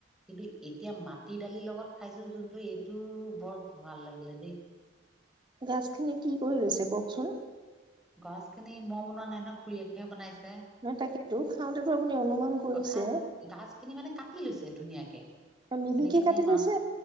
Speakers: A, in the centre; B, on the right.
A: কিন্তু এতিয়া মাটি দালিৰ লগত খাইছো যোনটো এইটো বৰ ভাল লাগিলে দেই
B: গাছখিনি কি কৰি ৰৈছে কওকচোন
A: গছ খিনি মই বনোৱা নাই ন খুৰীয়েকেহে বনাইছো
B: নহ তাকেতো খাওঁতেতো আপুনি অনুমান কৰিছে
A: অ খাচ গা মাছ খিনি মানে কাটি লৈছে ধুনীয়াকে
B: মিহিকে
A: এনেকে এনেকে
B: কাটি
A: মাছ
B: লৈছে